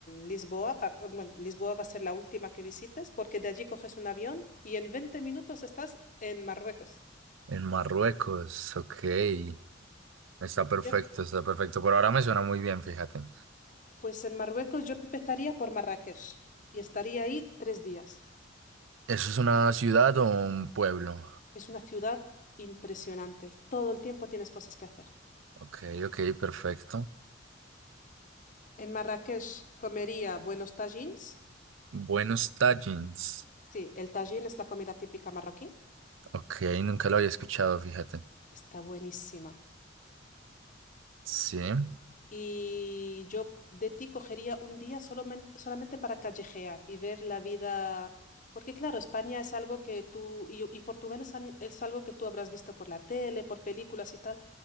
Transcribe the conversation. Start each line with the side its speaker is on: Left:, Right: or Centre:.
Left: Lisboa, ah, bueno, Lisboa va a ser la última que visites porque de allí coges un avión y en 20 minutos estás en Marruecos.
Right: En Marruecos, ok.
Left: Sí.
Right: Está perfecto,
Left: Yo-
Right: está perfecto. Por ahora me suena muy bien, fíjate.
Left: Pues en Marruecos yo empezaría por Marrakech y estaría ahí tres días.
Right: ¿Eso es una ciudad o un pueblo?
Left: Es una ciudad impresionante. Todo el tiempo tienes cosas que hacer.
Right: Ok, ok, perfecto.
Left: En Marrakech comería buenos tagines.
Right: Buenos Tagines.
Left: Sí, el tagine es la comida típica marroquí.
Right: Ok, nunca lo había escuchado, fíjate.
Left: Está buenísima.
Right: Sí. Ok,
Left: Y yo de ti cogería un día solamente, solamente para callejear y ver la vida, porque claro, España es algo que tú, y, y Portugal es, al- es algo que tú habrás visto por la tele, por películas y tal,